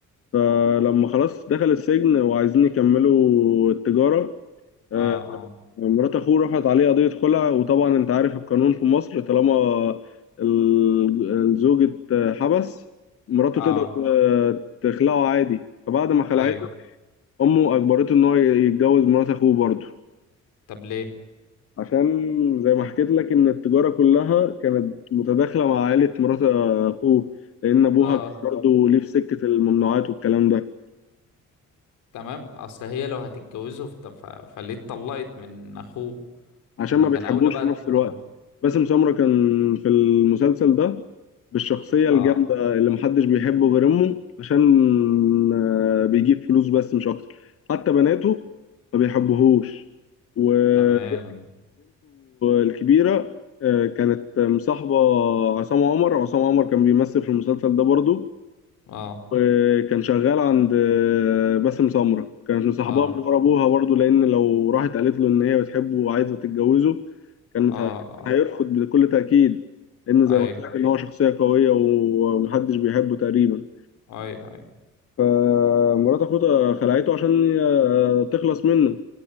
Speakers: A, on the left; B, on the left.
A: فلما خلاص دخل السجن وعايزين يكملوا التجارة
B: اه
A: آه،
B: اه
A: مرات اخوه رفعت عليه قضية خلع وطبعا انت عارف القانون في مصر طالما ال- الزوج اتحبس مراته
B: اه
A: تقدر ت- تخلعه عادي فبعد ما خلعته
B: ايوه
A: امه اجبرته ان هو يتجوز مرات اخوه برضه
B: طب ليه
A: عشان زي ما حكيت لك ان التجارة كلها كانت متداخلة مع عائلة مرات اخوه لان ابوها
B: اه
A: كان برضه ليه في سكة الممنوعات والكلام ده
B: تمام اصل هي لو هتتجوزه فت- ف... فليه اتطلقت من اخوه
A: عشان
B: طب ما
A: ما
B: كان
A: بتحبوش
B: اولى بقى
A: في نفس الوقت
B: تبقى
A: باسم سمرة كان في المسلسل ده بالشخصية الجامدة
B: اه
A: اللي محدش بيحبه غير أمه عشان آه، بيجيب فلوس بس مش أكتر حتى بناته ما بيحبوهوش وبنته
B: تمام
A: الكبيرة آه، كانت مصاحبة عصام عمر عصام عمر كان بيمثل في المسلسل ده برضو
B: اه
A: وكان شغال عند آه، باسم سمرة كانت مصاحباه
B: اه
A: من ورا ابوها برضه لان لو راحت قالت له ان هي بتحبه وعايزه تتجوزه كانت
B: اه
A: ه- كان
B: اه
A: هيرفض بكل تاكيد لان
B: ايوه
A: زي ما قلت لك ان هو شخصيه قويه ومحدش بيحبه تقريبا
B: ايوه ايوه
A: فمرات اخوته خلعته عشان ي- تخلص منه